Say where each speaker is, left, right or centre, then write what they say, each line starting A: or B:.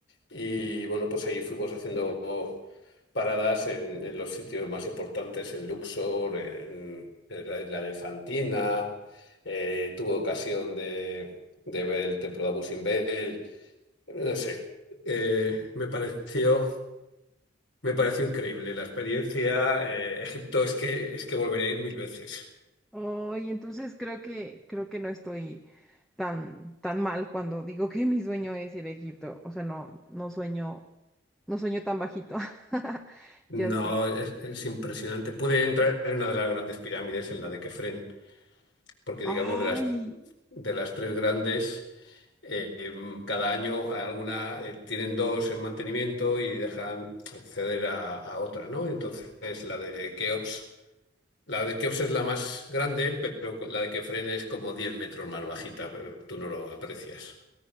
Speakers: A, on the left (about 70°); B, in the centre.
A: Y bueno, pues ahí fuimos haciendo paradas en, en los sitios más importantes, en Luxor, en, en la isla de Fantina. eh, tuve ocasión de, de ver el templo de Abu Simbel. No sé, eh, me pareció, me pareció increíble la experiencia. eh, Egipto es que, es que volvería a ir mil veces.
B: Hoy, entonces creo que creo que no estoy tan tan mal cuando digo que mi sueño es ir a Egipto. O sea, no no sueño no sueño tan bajito. <laughs>
A: No,
B: Ya sé.
A: es, es impresionante. Pude entrar en una de las grandes pirámides, en la de Kefren, porque
B: Ay,
A: digamos de las, de las tres grandes. Eh, em, cada año alguna, eh, tienen dos en mantenimiento y dejan acceder a, a otra, ¿no? Entonces la de Keops, la de Keops es la más grande, pero la de Kefren es como 10 metros más bajita, pero tú no lo aprecias.